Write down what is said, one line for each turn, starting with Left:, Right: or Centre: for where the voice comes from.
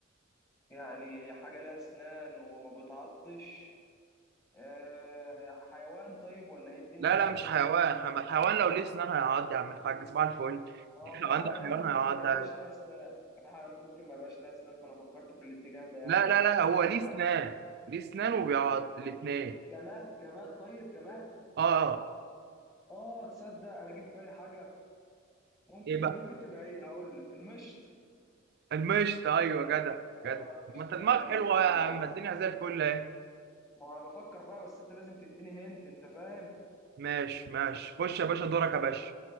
Left: يعني حاجة لها اسنان وما بتعضش آه حيوان طيب ولا ايه اديني
Right: لا لا
Left: هنت
Right: مش
Left: اي
Right: حيوان
Left: هنت
Right: حم-
Left: كده
Right: الحيوان لو ليه اسنان هيعض يا عم الحاج صباح الفل
Left: اه
Right: <laughs>
Left: في
Right: لو
Left: حيوانات
Right: عندك حيوان
Left: ممكن
Right: هيعض
Left: ما يبقاش
Right: عادي.
Left: لها اسنان في حيوانات ممكن ما يبقاش لها اسنان فانا فكرت في الاتجاه ده يعني
Right: لا لا لا هو
Left: هي
Right: ليه
Left: طيب
Right: اسنان ليه اسنان وبيعض الاتنين
Left: جماد جماد طيب جماد
Right: اه
Left: اه تصدق انا جه في بالي حاجة ممكن
Right: ايه بقى
Left: ممكن تبقى ايه هقول لك المشط
Right: المشط ايوه جدع
Left: اه
Right: جدع
Left: المشط
Right: ما انت
Left: فعلا
Right: دماغك
Left: ليه
Right: حلوه
Left: اسنان وما
Right: يا عم
Left: بيعضش
Right: الدنيا زي الفل اهي
Left: ما انا بفكر بقى بس انت لازم تديني هنت انت فاهم
Right: ماشي ماشي خش يا باشا دورك يا باشا